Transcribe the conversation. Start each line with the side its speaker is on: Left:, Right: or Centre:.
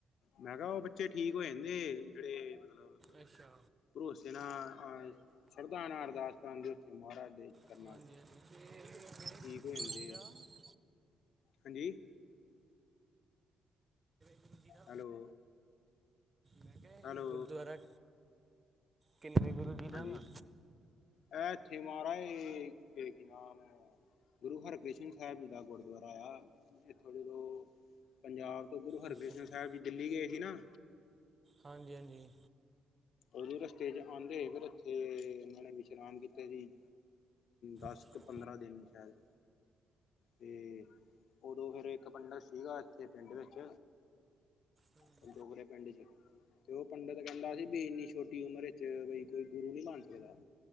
Left: ਮੈਂ ਕਿਹਾ ਉਹ ਬੱਚੇ ਠੀਕ ਹੋ ਜਾਂਦੇ ਜਿਹੜੇ ਮਤਲਬ
Right: ਅੱਛਾ
Left: ਭਰੋਸੇ ਨਾਲ ਆਉਣ। ਸ਼ਰਧਾ ਨਾਲ ਅਰਦਾਸ ਕਰਨ ਦੇ ਉਹ ਮਹਾਰਾਜ ਦੇ। ਚਰਨਾਂ
Right: <unintelligible>
Left: ਚ ਠੀਕ ਹੋ ਜਾਂਦੇ ਆ ਹਾਂਜੀ।
Right: ਗੁਰੂ ਜੀ ਦਾ ਕਿੰਨਵੇਂ ਗੁਰੂ ਜੀ ਦਾ
Left: ਹੈਲੋ।
Right: ਮੈਂ ਕਿਹਾ
Left: ਹੈਲੋ
Right: ਗੁਰਦੁਆਰਾ, ਕਿੰਨਵੇਂ ਗੁਰੂ, ਜੀ ਦਾ
Left: ਹਾਂਜੀ,
Right: ਵਾ
Left: ਇਹ ਇੱਥੇ ਮਹਾਰਾਜ ਇਹ ਕੀ ਨਾਮ ਗੁਰੂ ਹਰਿਕ੍ਰਿਸ਼ਨ ਸਾਹਿਬ ਜੀ ਦਾ ਗੁਰਦੁਆਰਾ ਆ, ਇੱਥੋਂ ਜਦੋਂ ਪੰਜਾਬ ਤੋਂ ਗੁਰੂ ਹਰਗ੍ਰਿਸ਼ਨ
Right: ਅੱਛਾ ਹਾਂਜੀ
Left: ਸਾਹਿਬ ਜੀ ਦਿੱਲੀ ਗਏ ਸੀ ਨਾ।
Right: ਹਾਂਜੀ-ਹਾਂਜੀ।
Left: ਉਦੋਂ ਰਸਤੇ ਚ ਆਉਂਦੇ ਫਿਰ ਇੱਥੇ ਉਹਨਾਂ ਨੇ ਵਿਸ਼ਰਾਮ ਕੀਤੇ ਸੀ। ਦਸ
Right: ਅੱਛਾ
Left: ਕੁ ਪੰਦਰਾਂ ਦਿਨ ਸ਼ਾਇਦ, ਤੇ ਉਦੋਂ ਫੇਰ ਇੱਕ ਪੰਡਿਤ ਸੀਗਾ ਇੱਥੇ ਪਿੰਡ ਵਿੱਚ
Right: ਹਮ,
Left: ਪਜੌਖਰੇ ਪਿੰਡ ਚ, ਤੇ ਉਹ ਪੰਡਿਤ ਕਹਿੰਦਾ ਸੀ ਵੀ ਇੰਨੀ ਛੋਟੀ ਉਮਰ ਵਿਚ ਬਈ ਕੋਈ ਗੁਰੂ ਨੀ ਬਣ ਸਕਦਾ,